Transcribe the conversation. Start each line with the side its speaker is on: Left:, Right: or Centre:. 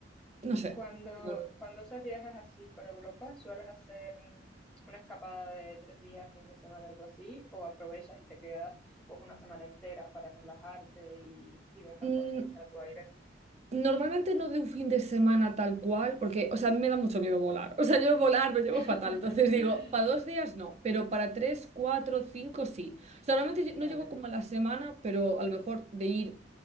Right: no sé.
Centre: Cuando,
Right: la
Centre: cuando haces viajes así por Europa, ¿sueles hacer mm, una escapada de tres días, fin de semana, algo así? ¿O aprovechas y te quedas pues una semana entera para relajarte y, y ver más
Right: verdad.
Centre: cosas y estar a tu aire?
Right: Normalmente no de un fin de semana tal cual, porque, o sea, a mí me da mucho miedo volar. O sea, yo volar lo llevo
Centre: <laughs>
Right: fatal. Entonces digo, para dos días no, pero para tres, cuatro, cinco sí. O sea, normalmente
Centre: Vale,
Right: yo- no llego como a la semana, pero a lo mejor de ir